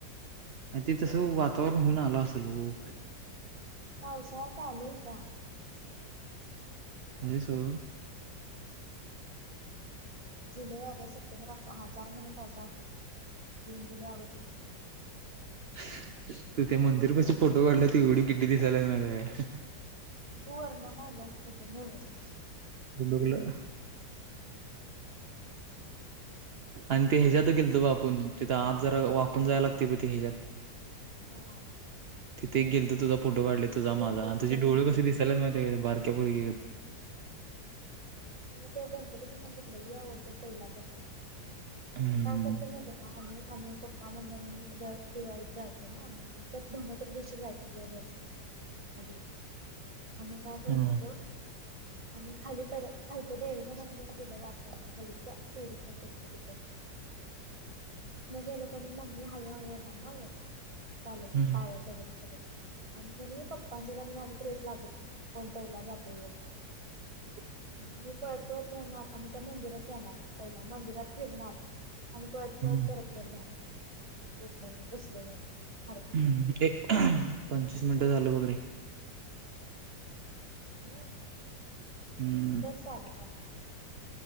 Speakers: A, on the right (about 60°); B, on the right (about 20°).
A: आणि ते तस वातावरण होऊन आलं असेल हो
B: पावसाळा चालू होता
A: अ सो
B: जुलै ऑगस्ट सप्टेंबर हा चार महिने पावसा असत जून जुलै ऑगस्ट सप्टेंबर ऑक्टोबर
A: ह तू त्या मंदिर कसे फोटो काढला ते एवढी गिड्डी दिसालाच मला
B: तूर न कालास फोट नस
A: बिंदुकला आणि ते हज्यातच गेलतो ब आपण तिथं आज जरा वाकून जायला लागते ब ती हच्या्यात
B: होम
A: तिथे गेल तर तझा फोटो काढले तुझा
B: गणपतीच्या
A: माझा आणि तुझे
B: मंदिरात
A: डोळे कसे दिसायला कपर ग
B: मला तो गणपतीचं मंधरला ह आवडत पहिल्यापासूनच
A: हम्म.
B: काय करते मात आणि आम्हीप्पा मम्मीने मी दर दिवाळीत जायचो ना इ धवत्र दिवशी जायचो दररोज अ आणि बॅगवर
A: हम्म.
B: देतो आम्ही खाली पहिला खालीच देवीच्या मंदिरात गेलंपर खालीच तेर फारसलं तिथ न गेलो पण मम्मी हळूहळू येणार ना वर चालत
A: हम्म.
B: पायऱ्या चढत चढत आणि पप्पांच्या आणि माझ त्रेस लागत होती कोण पहिला जाते व
A: <inaudible>
B: आणि मी पळत पळत जाणार आणि त्या मंदिरात जाणार पहिला मंदिरात फिरणार आणि पळत पळत
A: हम्म.
B: परत वर जाला मी पोचल मी पोचल म्ह
A: हम्म पंचवीस मिनटं झालं वगैरे
B: य
A: हम्म.
B: तर साधा काण